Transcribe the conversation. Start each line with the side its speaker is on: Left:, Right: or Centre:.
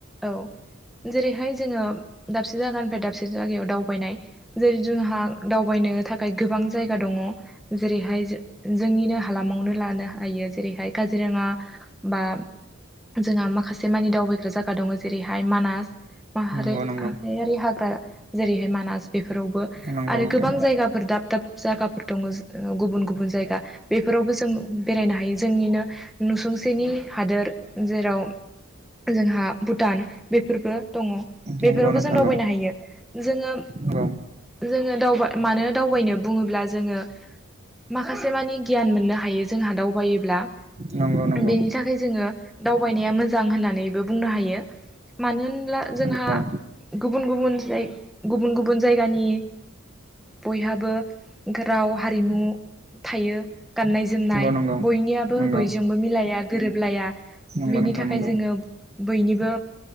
Centre: औ जेरैहाय जोङो दाबसे जायगानिफ्राय दाबसे जायगायाव दावबायनाय जेरै जोंहा दावबायनो थाखाय गोबां बां जायगा दङ जेरैहाय जो- जोंनिनो हालामावनो लानो हायो जेरैहाय काजिरङा। बा जोंहा माखासे मानि दावबायग्रा जायगा दङ जेरैहाय मानास। माहारि
Right: नंगौ नंगौ
Centre: माहारियारि हाग्रा जेरैहाय मानास बेफोरावबो
Right: नंगौ
Centre: आरो
Right: नोंथां
Centre: गोबां जायगाफोर दाब दाब जायगाफोर दङ जे ओ गुबुन गुबुन जायगा। बेफोरावबो जों बेरायनो हायो जोंनिनो नुसुंसेनि हादोर जेराव जोंहा भुटान बेफोरबो दङ बेफोरावबो
Right: नंगौ नोंथां
Centre: जों दावबायनो
Right: नंगौ
Centre: हायो जोङो।
Right: नंगौ
Centre: जोङो दावबा- मानो दावबायनो बुङोब्ला जोङो माखासे मानि गियान मोननो हायो जोंहा दावगायोब्ला
Right: नंगौ नंगौ
Centre: बेनि थाखाय जोङो दावबायनाया मोज जां होननानैबो बुंनो हायो मानो होनब्ला जोंहा
Right: नंगौ
Centre: गुबुन गुबुन जाय- गुबुन गुबुन जायगानि बयहाबो राव हारिमु थायो। गाननाय जोमनाय
Right: नंगौ नंगौ
Centre: बयनियाबो
Right: नंगौ
Centre: बयजोंबो मिलाया गोरोबलाया।
Right: नंगौ
Centre: बेनि
Right: नोंथां
Centre: थाखाय
Right: नंगौ
Centre: जोङो बयनिबो